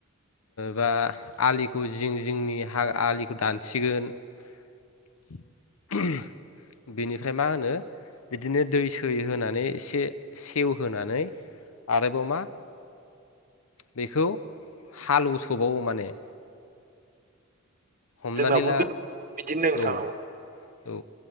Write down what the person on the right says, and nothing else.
जोंनाबो
बिदिनो नथां